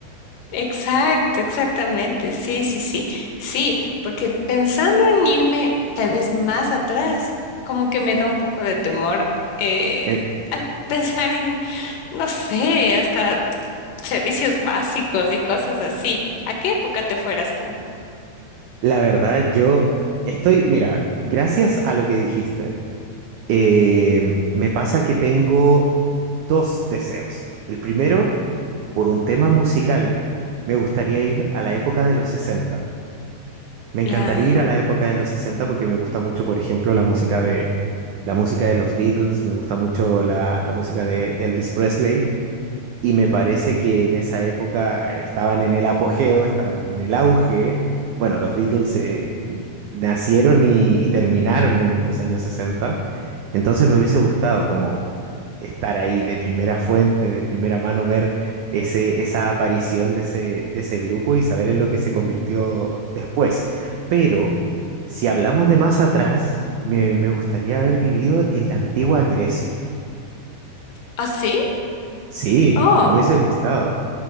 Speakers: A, on the left (about 70°); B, on the right (about 80°).
A: Exacto, exactamente. Sí, sí, sí. Sí, porque pensando en irme tal vez más atrás, como que me da un poco de temor eh,
B: Eh,
A: al <laughs> pensar en, no sé, hasta servicios básicos y cosas así. ¿A qué época te fueras tú?
B: la verdad, yo estoy, mira, gracias a lo que dijiste, eh, me pasa que tengo dos deseos. El primero por un tema musical, me gustaría ir a la época de los 60. Me encantaría
A: ¿Ya? mm,
B: ir a la época de los 60 porque me gusta mucho, por ejemplo, la música de, la música de los Beatles, me gusta mucho la, la música de, de Elvis Presley y me parece que en esa época estaban en el apogeo, estaban en el auge. Bueno, los Beatles eh, nacieron y, y terminaron en los años 60. entonces me hubiese gustado como estar ahí de primera fuente, de primera mano, ver ese, esa aparición de ese, de ese grupo y saber en lo que se convirtió después. Pero si hablamos de más atrás, me, me gustaría haber vivido en la antigua Grecia.
A: ¿Ah, sí?
B: Sí,
A: Oh.
B: me hubiese gustado.